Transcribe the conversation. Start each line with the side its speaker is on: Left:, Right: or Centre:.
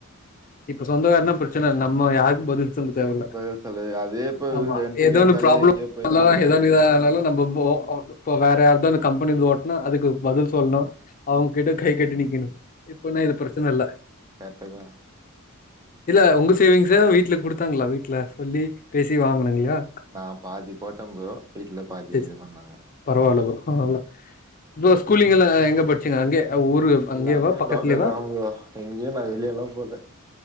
Left: இப்ப சொந்த கார்னா பிரச்சன இல நம்ம யாருக்கு பதில் சொல்ல தேவ இல்ல
Right: பதில் சொல்லு அதே இப்ப
Left: ஆமா
Right: ரெண்ட்டுக்கு
Left: ஏதோ
Right: எத்தாலே
Left: ஒன் ப்ரளாம்னா
Right: எங்கேயோ போய்தா ஆகனு
Left: ஏதோ ன்னாலு நம்ப இப்ப வேற இப்ப யார்தா கம்பெனிது ஓட்டுனா அதுக்கு பதில் சொல்லணு அவுங் கிட்ட கை கட்டி நிக்கணு இப்பன்னா இது பிரச்சன இல்ல
Right: கரெக்டுதா
Left: இல்ல உங்க சேவிங்ஸ வீட்ல குடுத்தாங்களா வீட்ல சொல்லி பேசி வாங்கனு இல்லயா
Right: நா பாதி போட்ட ப்ரோ வீட்ல பாதி
Left: சரி
Right: இது
Left: சரி
Right: பண்ணாங்க
Left: பரவால்ல ப்ரோ பரவால்ல இப்ப ஸ்கூலிங்கலா எங்க படிச் சிங்க அங்கே ஊரு
Right: எல்லாமே
Left: அங்கேவா பக்கத்லேவா
Right: லோக்கல் தா ப்ரோ எங்கேயு நா வெளியல போல